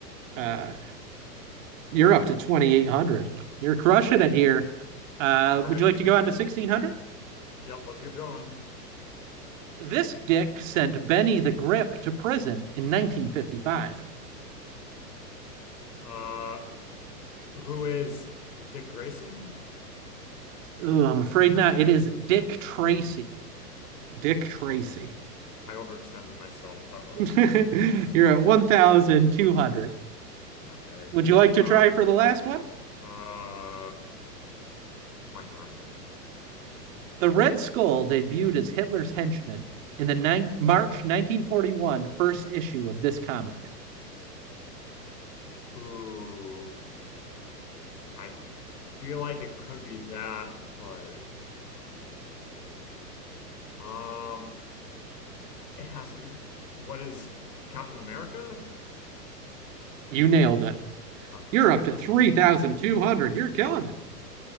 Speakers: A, on the left; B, on the right.
A: <laughs>
B: Uh, you're up to 2800. You're crushing it here. Uh,
A: All right.
B: would you like to go on to 1600?
A: Yep, let's keep going.
B: This dick sent Benny the Grip to prison in 1955.
A: Uh who is Dick Grayson?
B: Ooh, I'm afraid not. It is Dick Tracy. Dick Tracy.
A: Oh no. I overextended myself. Uh-oh.
B: <laughs>
A: <laughs>
B: You're at 1,200.
A: Okay.
B: Would you like to
A: Uh,
B: try for the last one?
A: uh, why not?
B: The Red Skull debuted as Hitler's henchman in the nine March 1941 first issue of this comic.
A: <laughs> Ooh, I feel like it could be that, but oh man. Um, it has to be. What is Captain America?
B: You nailed it.
A: Okay.
B: You're up to 3,200.
A: Whew.
B: You're killing it.